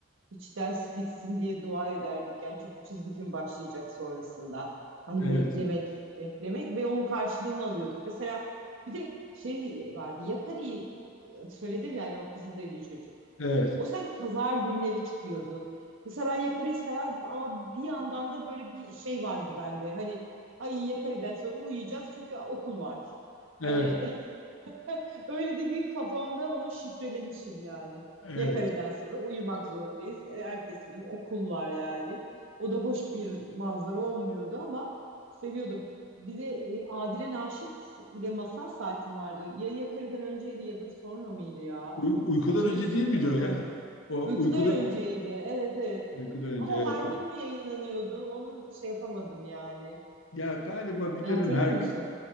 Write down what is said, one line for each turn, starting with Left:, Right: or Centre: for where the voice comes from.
Right: Hiç ders bitsin diye dua ederdik yani çünkü çizgi film başlayacak sonrasında. Hani
Left: Evet,
Right: beklemek, beklemek ve onun karşılığını alıyorduk. Mesela bir de şey vardı. Yakari'yi e, söyledim yani o Kızılderili çocuk.
Left: evet,
Right: O sanki pazar günleri çıkıyordu. Mesela ben Yakari'yi severdim ama bir yandan da böyle bir şey vardı bende. Hani ay Yakari'den sonra uyuyacağız çünkü okul var. Hani
Left: evet,
Right: <laughs> <laughs> Öyle de bir kafamda onu şifrelemişim yani.
Left: evet.
Right: Yakarı'dan sonra uyumak zorundayız. E, Ertesi gün okul var yani. O da hoş bir manzara olmuyordu ama seviyordum. Bir de e, Adile Naşit ile masal saatim vardı. Ya Yakarı'dan önceydi ya da sonra mıydı ya?
Left: Uy- uykudan
Right: Hatırlıyorsun
Left: önce değil
Right: değil
Left: miydi
Right: mi?
Left: o ya? O
Right: Uykudan
Left: uykudan
Right: önceydi. Evet evet.
Left: uykudan önce
Right: Ama
Left: evet.
Right: o her
Left: evet.
Right: gün mü yayınlanıyordu? Onu şey yapamadım yani.
Left: Ya galiba
Right: Sen
Left: bir dönem
Right: hatırlıyor
Left: her
Right: musun?
Left: gün